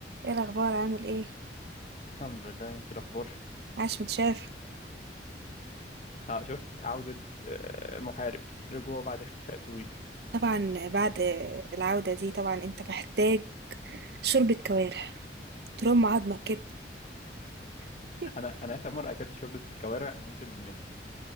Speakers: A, on the right; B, on the left.
A: ايه الاخبار عامل ايه
B: الحمد لله انت الاخبار
A: عاش متشاف
B: اه شفت عودة آه، محارب رجوع بعد اختفاء طويل
A: طبعا بعد العودة دي طبعا انت محتاج شوربة كوارع ترم عظمك كده <laughs>
B: انا انا اخر مرة اكلت شوربة كوارع ممكن من